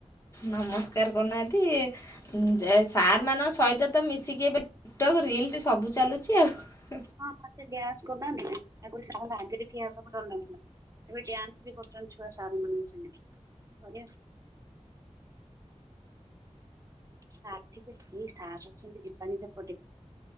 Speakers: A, on the left (about 25°); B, on the right (about 25°).
A: ନମସ୍କାର କରୁନାହାନ୍ତି ସାର୍ ମାନଙ୍କ ସହିତ ତ ମିଶିକି ଏବେ ଟିକଟକ୍ ରିଲ୍ସ୍ ସବୁ ଚାଲୁଛି ଆଉ।
B: ହଁ ମତେ ଡାନ୍ସ କରୁନାହାନ୍ତି ଆଗରୁ ସାର ଙ୍କ ଆଗରେ ଠିଆ ହେବାକୁ ଡର ଲାଗୁଥିଲା ଏବେ ଡ୍ୟାନ୍ସ ବି କରୁଛନ୍ତି ଛୁଆ ସାର ମାନଙ୍କ ସାଙ୍ଗେ ସାର୍ ଥିବେ ଏ ସାର୍ ଅଛନ୍ତି ଯିବାନି ସେପଟେ